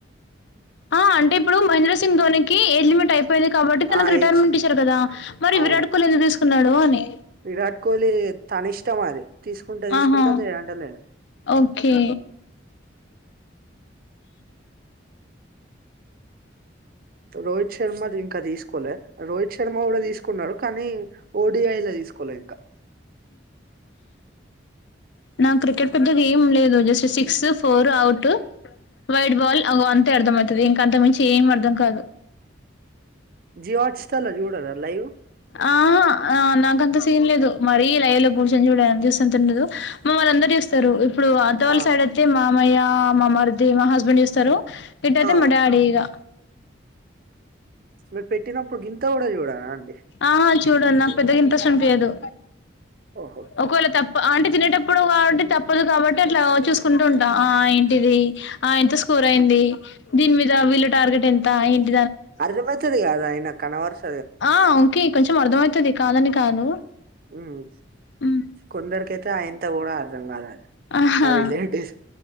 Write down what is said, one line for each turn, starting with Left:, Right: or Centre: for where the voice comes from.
Left: ఆ అంటే ఇప్పుడు మహేంద్ర సింగ్ ధోనికి ఏజ్ లిమిట్ అయిపోయింది పోయింది కాబట్టి తనకు
Right: ఆ
Left: రిటైర్మెంట్
Right: ఏజ్
Left: ఇచ్చారు కదా మరి
Right: అవును
Left: విరాట్ కోహ్లీ ఎందుకు తీసుకున్నాడు అని
Right: విరాట్ కోహ్లీ తన ఇష్టం అది తీసుకుంటే తీసుకుంటాడు
Left: ఆహా
Right: లేదంటే లేదు
Left: ఓకే
Right: రోహిత్ శర్మ ది ఇంకా తీసుకోలే రోహిత్ శర్మ కూడా తీసుకున్నాడు కానీ ఓడిఐలా తీసుకోలే ఇంకా
Left: నాకు క్రికెట్ పెద్ద గేం లేదు just six four out wide ball అవ్వన్నీ అర్థమవుతది ఇంక అంతకు మించి ఏం అర్థం కాదు
Right: జియో హాట్ స్టార్ లో చూడరా లైవ్
Left: ఆ ఆ నాకంత సీన్ లేదు మరీ లైవ్ లో కూర్చొని చూడని చూసేంత ఉండదు మమ్మల్ని అందరు చూస్తారు ఇప్పుడు అత్తవాళ్ళ
Right: ఆ
Left: సైడ్ అయితే మా అమయ్య మా మరిది మా హస్బెండ్ చూస్తారు ఇటయితే
Right: ఆ
Left: మా డాడీ ఇగా
Right: మీరు పెట్టినప్పుడు గింత కూడా చూడారా అండి
Left: ఆహా చూడను నాకు పెద్దగా ఇంట్రెస్ట్ అనిపియదు
Right: ఓహో
Left: ఒకవేళ తప్ప అంటే తినేటప్పుడు కాబట్టి తప్పదు కాబట్టి అట్లా చూసుకుంటూ ఉంటాం ఆ ఏంటిది ఆ ఎంత స్కోర్ అయింది దీని మీద వీళ్ళ టార్గెట్ ఎంత ఏంటి
Right: అర్ధం అయితది గదా అయినా కనబడుతది కదా
Left: ఆ ఓకే ఇంక కొంచెం అర్ధమవుతది కాదని కాదు
Right: మ్మ్
Left: ఉమ్.
Right: కొందరికైతే ఆయింత కూడా అర్ధం కాదు అది
Left: ఆహా
Right: మా రిలేటివ్స్